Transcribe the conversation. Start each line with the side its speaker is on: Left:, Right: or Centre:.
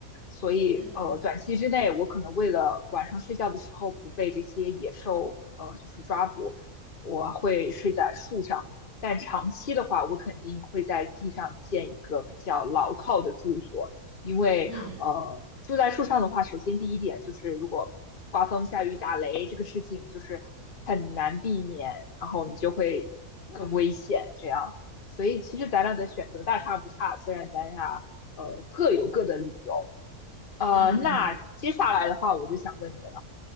Left: 所以呃，
Right: 嗯嗯
Left: 短期之内我可能为了晚上睡觉的时候不被这些野兽呃就是抓捕，我会睡在树上。但长期的话，我肯定会在地上建一个比较牢靠的住所，因为呃，
Right: 嗯。
Left: 住在树上的话，首先第一点就是如果刮风下雨打雷这个事情就是很难避免，然后你就会更危险这样。所以其实咱俩的选择大差不差，虽然咱俩呃各有各的理由。呃，
Right: 嗯嗯
Left: 那接下来的话，我就想问你了，